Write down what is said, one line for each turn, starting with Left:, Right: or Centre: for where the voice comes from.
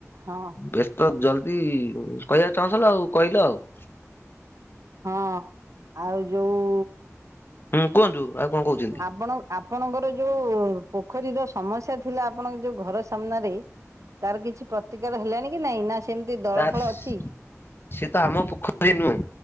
Right: ହଁ
Left: ବ୍ୟସ୍ତ ଜଲ୍ଦି କହିବାକୁ ଚାହୁଁଥିଲ ଆଉ କହିଲ ଆଉ।
Right: ହଁ ଆଉ ଯୋଉ
Left: ହୁଁ କୁହନ୍ତୁ ଆଉ କଣ କହୁଛନ୍ତି?
Right: ଆପଣ ଆପଣଙ୍କର ଯୋଉ ପୋଖରୀର ସମସ୍ୟା ଥିଲା ଆପଣଙ୍କ ଯୋଉ ଘର ସାମ୍ନାରେ ତାର କିଛି ପ୍ରତିକାର ହେଲାଣି କି? କି ନାଇଁ ନା? ସେମିତି ଦଳ
Left: ତ
Right: ଫଳ
Left: ସେିଏ
Right: ଅଛି
Left: ତ ଆମ ପୋଖରୀ ନୁହେଁ